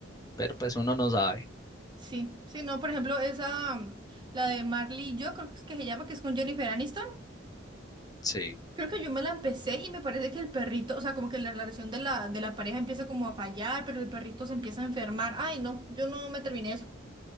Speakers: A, on the left; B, on the right.
A: pero pues uno no sabe.
B: Sí, sí, no, por ejemplo, esa, la de Marley y yo, creo que es que se llama, que es con Jennifer Aniston.
A: Sí,
B: Creo que yo me la empecé y me parece que el perrito, o sea, como que la relación de la, de la pareja empieza como a fallar, pero el perrito se empieza a enfermar. Ay, no, yo no me terminé eso.